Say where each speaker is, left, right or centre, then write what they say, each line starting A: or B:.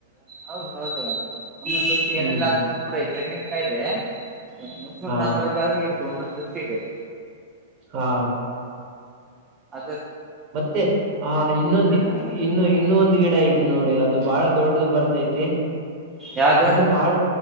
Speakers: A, on the right; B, on the right.
A: ಹೌದ್ ಹೌದು <inaudible>
B: ಹ್ಮ್
A: ಏನಿಲ್ಲ ಅಂದ್ರು ತೆಂಗಿನ ಕಾಯ್ಗೆ ಮುನ್ನೂರು
B: ಹಾ
A: ನಾನೂರು ರುಪಾಯ್ <unintelligible> <unintelligible>
B: ಹ್ಹಾ
A: ದ
B: ಮತ್ತೆ ಹ್ಹಾ ಇನ್ನೊಂದು ಇ-ಇ-ಇ
A: ತಿನ್ನಂಗಲ್ಲ
B: ಇನ್ನು ಇನ್ನೂ ಒಂದು ಗಿಡ ಐತಿ ನೋಡಿ ಅದು ಬಾಳ ದೊಡ್ಡದು ಬರತೈತಿ.
A: ಯಾವ್ದ
B: ಹಣ್ ಬಾಳ